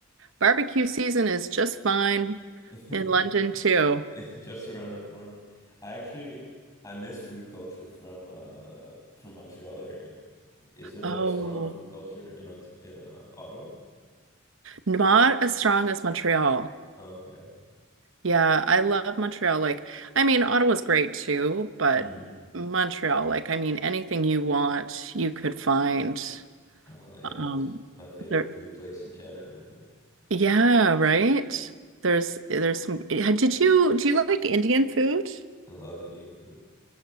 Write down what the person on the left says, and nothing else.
<laughs>
just around the corner. I actually I miss food culture from uh from Montreal area. Is there
like a strong food culture in Ont in uh, Ottawa?
Oh, okay.
hmm
Oh yeah,
it's my favorite
food place in Canada, I think.
I love Indian food.